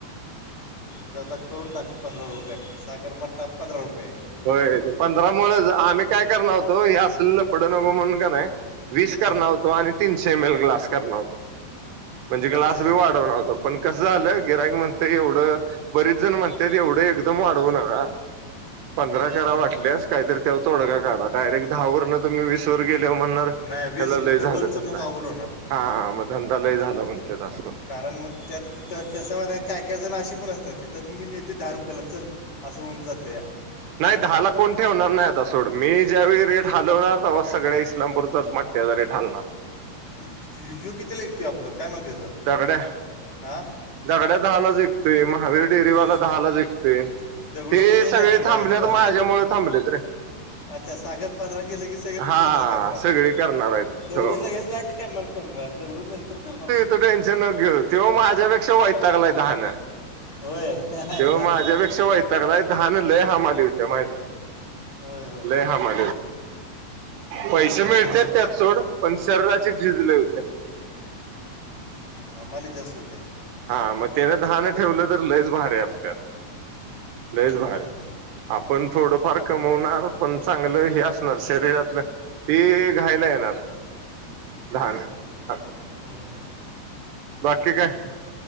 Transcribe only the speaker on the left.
म ते आता करून टाक पंधरा रुपये. सागर मठा पंधरा रुपये.
हां
अच्छा
हम्म.
नाही वीस
डबलचं
मग अवघड होणार
कारण मग त्यात कसा म काय काय जण अशी पण असतात ते तर मी. ते दहा रुपयाला चल असं होऊन जातं या.
ू किती कत आपलं काय नव्ह त्याचं.
हा
द
दगडू
मेन
आहे आपला
आजूबाजूला
अच्छा सागर पंधरा केलं की सगळे
पंधरा करणार
दगडून
लगेच नाही करणार. पंधात दगडून नंतर कर.
होय आयला
होय होय
ह् आ माली जा असूद्या.
हम्म,
हम्म,
हम्म,
हम हं